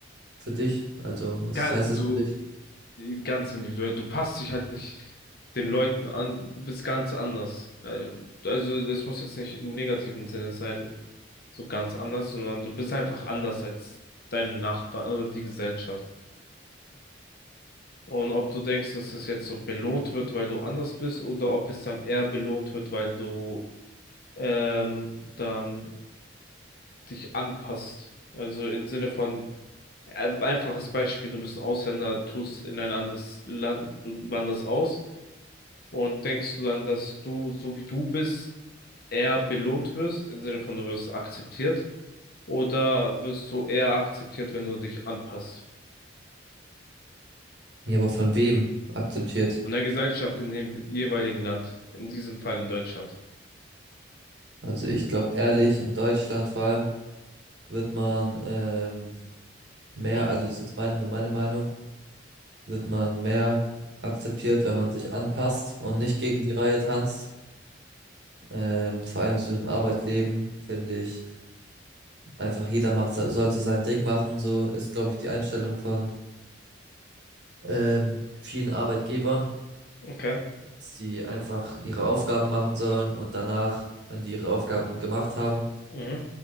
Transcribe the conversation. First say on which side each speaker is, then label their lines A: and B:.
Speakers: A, on the right; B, on the left.
A: für dich? Also, was
B: Ga-
A: heißt
B: Du,
A: das für dich?
B: ganz individuell, du passt dich halt nicht den Leuten an, du bist ganz anders. Äh, Also, das muss jetzt nicht im negativen Sinne sein, so ganz anders, sondern du bist einfach anders als deine Nachbarn oder die Gesellschaft. Und ob du denkst, dass es jetzt so belohnt wird, weil du anders bist, oder ob es dann eher belohnt wird, weil du ähm, dann dich anpasst. Also im Sinne von, äh, einfaches Beispiel, du bist ein Ausländer, tust in ein anderes Land, du wanderst aus und denkst du dann, dass du, so wie du bist, eher belohnt wirst, im Sinne von, du wirst akzeptiert, oder wirst du eher akzeptiert, wenn du dich anpasst?
A: Ja, aber von wem akzeptiert?
B: An der Gesellschaft in dem jeweiligen Land, in diesem Fall in Deutschland.
A: Also ich glaube ehrlich, in Deutschland vor allem wird man ähm, mehr,
B: Stimmt.
A: also das ist jetzt meine, nur meine Meinung, wird man mehr akzeptiert, wenn man sich anpasst und nicht gegen die Reihe tanzt. Ähm, vor allem so im Arbeitleben finde ich einfach jeder macht, se- sollte sein Ding machen. So ist, glaube ich, die Einstellung von ähm, vielen Arbeitgebern,
B: Okay.
A: dass die einfach ihre Aufgaben machen sollen und danach, wenn die ihre Aufgaben gemacht haben
B: Mhm.